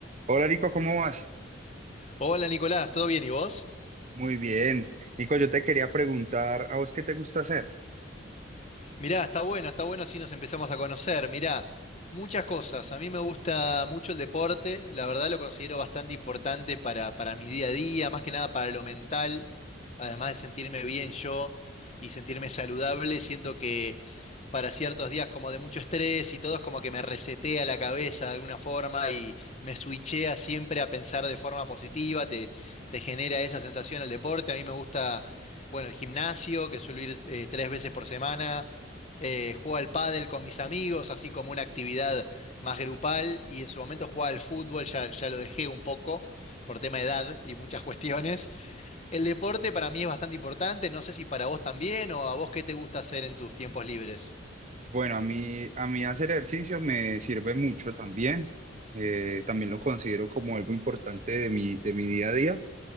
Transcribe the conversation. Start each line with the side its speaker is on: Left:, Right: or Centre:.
Right: Hola Nico, ¿cómo vas?
Left: Hola Nicolás, ¿todo bien y vos?
Right: Muy bien. Nico, yo te quería preguntar, ¿a vos qué te gusta hacer?
Left: Mirá, está bueno, está bueno si nos empezamos a conocer. Mirá, muchas cosas. A mí me gusta mucho el deporte, la verdad lo considero bastante importante para, para mi día a día, más que nada para lo mental, además de sentirme bien yo y sentirme saludable, siento que para ciertos días como de mucho estrés y todo es como que me resetea la cabeza de alguna forma y me switchea siempre a pensar de forma positiva, te, te genera esa sensación el deporte, a mí me gusta... Bueno, el gimnasio, que suelo ir eh, tres veces por semana, eh, jugaba al pádel con mis amigos, así como una actividad más grupal, y en su momento jugaba al fútbol, ya, ya lo dejé un poco por tema de edad y muchas <laughs> cuestiones. El deporte para mí es bastante importante, no sé si para vos también o a vos qué te gusta hacer en tus tiempos libres.
Right: Bueno, a mí, a mí hacer ejercicio me sirve mucho también. Eh, también lo considero como algo importante de mi, de mi día a día.